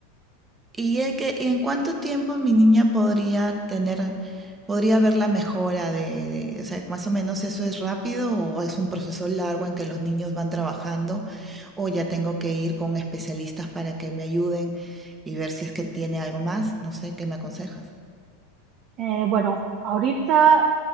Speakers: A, on the right; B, on the right.
A: ¿Y, el que, y en cuánto tiempo mi niña podría tener, podría ver la mejora de, de- o sea, más o menos eso es rápido o es un proceso largo en que los niños van trabajando o ya tengo que ir con especialistas para que me ayuden y ver si es que tiene algo más? No sé, ¿qué me aconsejas?
B: Eh, bueno, ahorita,